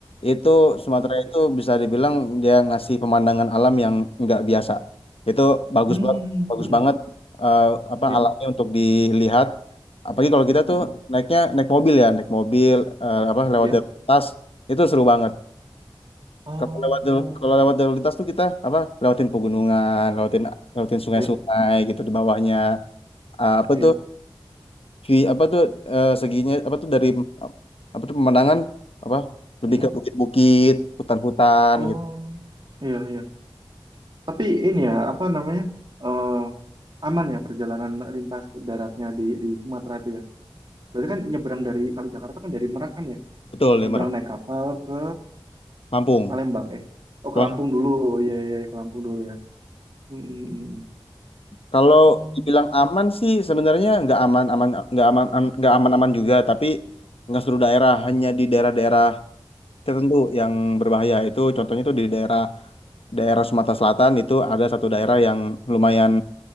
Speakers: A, on the left; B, on the right.
A: Itu Sumatera
B: hmm,
A: itu bisa dibilang dia ngasih pemandangan alam yang nggak biasa. Itu bagus
B: hmm,
A: banget, bagus
B: hmm.
A: banget eh, apa
B: ya,
A: alamnya untuk dilihat. Apalagi kalau kita
B: hmm,
A: tuh naiknya naik mobil ya, naik mobil eh, apa lewat
B: ya.
A: jalan lintas itu seru banget.
B: Oh,
A: Kalau lewat jalur- kalau lewat jalur lintas tuh kita apa lewatin pegunungan, lewatin lewatin sungai-sungai
B: ya,
A: gitu di bawahnya. Ah, apa
B: ya.
A: tuh vi- apa tuh eh, seginya apa tuh dari apa tuh pemandangan apa lebih
B: Hmm,
A: ke bukit-bukit, hutan-hutan
B: oh,
A: gitu.
B: iya, iya. Tapi ini ya, apa namanya? eh aman ya perjalanan lintas daratnya di di Sumatera itu ya? Berarti kan nyebrang dari kalau Jakarta kan dari Merak kan ya,
A: Betul,
B: nyebrang
A: ya Merah.
B: naik kapal ke
A: Lampung.
B: Palembang eh. Oh
A: Kalau
B: ke Lampung dulu, oh iya iya iya, ke Lampung dulu ya. Hmm,
A: kalau
B: hmm,
A: dibilang
B: hmm. Hmm.
A: aman sih sebenarnya nggak aman aman nggak aman am- nggak aman-aman juga tapi nggak seluruh daerah hanya di daerah-daerah tertentu yang berbahaya itu contohnya itu di daerah daerah Sumatera Selatan itu ada satu daerah yang lumayan